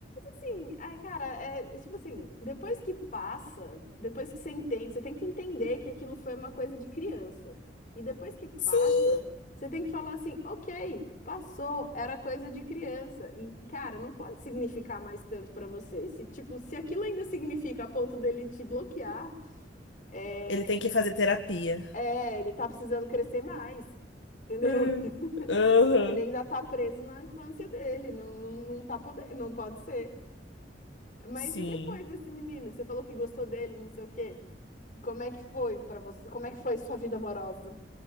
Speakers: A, on the left; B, on the left.
A: Sim, ah, cara, é tipo assim, depois que passa, depois que você entende, você tem que entender que aquilo foi uma coisa de criança. E depois que passa,
B: Sim.
A: você tem que falar assim, ok, passou, era coisa de criança. E, cara, não pode significar mais tanto pra você. Se, tipo, se aquilo ainda significa a ponto dele te bloquear, é,
B: Ele tem que fazer terapia.
A: é, ele tá precisando crescer mais, entendeu?
B: Hum.
A: <laughs>
B: Aham.
A: Ele ainda tá preso na infância dele, não, não, não tá podendo, não pode ser. Mas
B: Sim.
A: e depois desse menino que você falou que gostou dele, não sei o quê? Como é que foi pra você? Como é que foi sua vida amorosa?